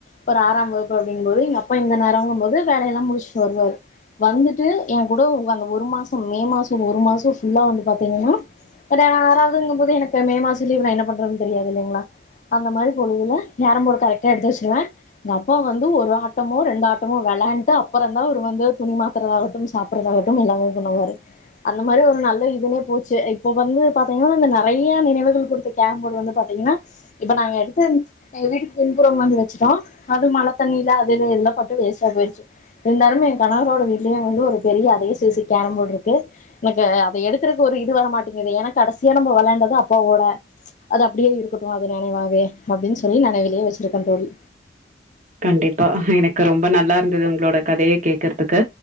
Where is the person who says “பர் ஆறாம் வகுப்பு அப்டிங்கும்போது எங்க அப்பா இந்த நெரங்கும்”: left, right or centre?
Left